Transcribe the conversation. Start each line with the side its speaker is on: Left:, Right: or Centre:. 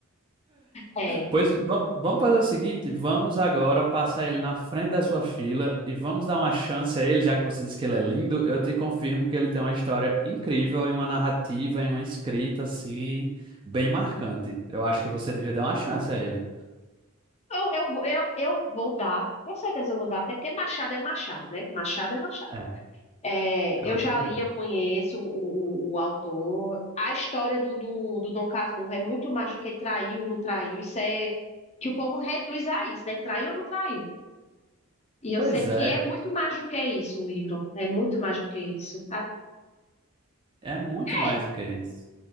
Left: É.
Right: Pois va- vamos fazer o seguinte, vamos agora passar ele na frente da sua fila e vamos dar uma chance a ele, já que você disse que ele é lindo, eu te confirmo que ele tem uma história incrível, em uma narrativa, em uma escrita assim, bem marcante. Eu acho que você devia dar uma chance a ele.
Left: Eu, eu, eu, eu vou dar, com certeza eu vou dar, até porque Machado é Machado, né? Machado é Machado.
Right: É,
Left: É,
Right: é
Left: eu
Right: outro
Left: já
Right: livro.
Left: li, eu conheço o, o- o autor. A história do, do, do Dom Casmurro é muito mais do que traiu ou não traiu. Isso é que o povo reduz a isso, né? Traiu ou não traiu. E eu
Right: Pois
Left: sei que
Right: é,
Left: é muito mais do que isso o livro. É muito mais do que isso. A-
Right: é muito mais
Left: É,
Right: do que isso.